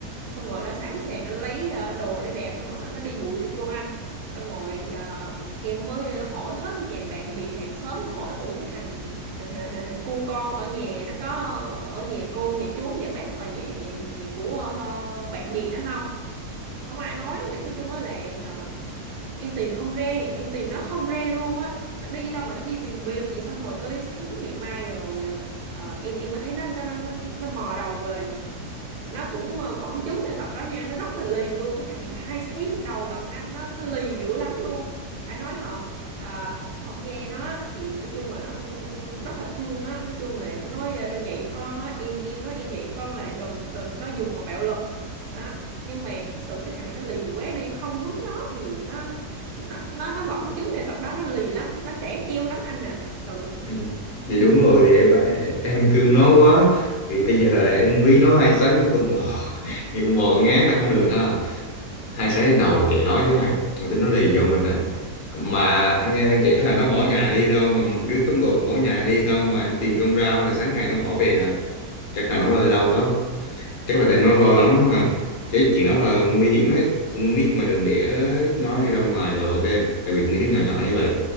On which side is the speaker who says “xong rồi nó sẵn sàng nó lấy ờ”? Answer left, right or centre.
Right